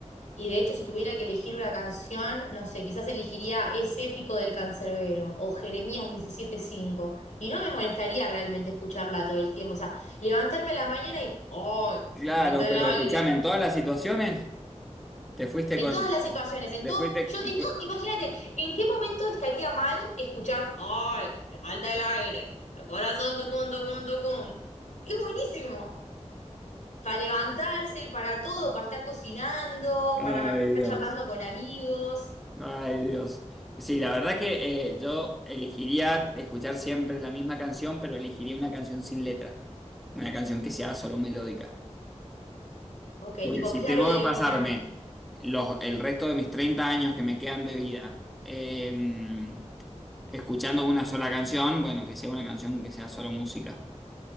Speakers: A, on the left; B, in the centre.
A: Y de hecho, si tuviera que elegir una canción, no sé, quizás elegiría Es épico del Cancerbero o Jeremías diecisiete cinco Y no me molestaría realmente escucharla todo el tiempo. O sea, levantarme a la mañana y ¡ay!
B: Claro,
A: Me falta el
B: pero
A: aire.
B: escúchame, en todas las situaciones te fuiste
A: En
B: con...
A: todas las situaciones, en
B: Te
A: todo,
B: fuiste...
A: yo, en
B: con-
A: todo, imagínate, ¿en qué momento estaría mal escuchar ¡ay! Me falta el aire. El corazón tucum, tucum, tucum. Es buenísimo. Para levantarse, para todo, para estar cocinando,
B: <laughs> Ay,
A: para estar
B: Dios.
A: charlando con amigos.
B: Ay, Dios. Sí, la verdad que eh, yo elegiría escuchar siempre la misma canción, pero elegiría una canción sin letra. Una canción que sea solo melódica.
A: Ok,
B: Porque
A: tipo
B: si
A: claro
B: tengo
A: de
B: que pasarme
A: luna.
B: los, el resto de mis 30 años que me quedan de vida eh, escuchando una sola canción, bueno, que sea una canción que sea solo música.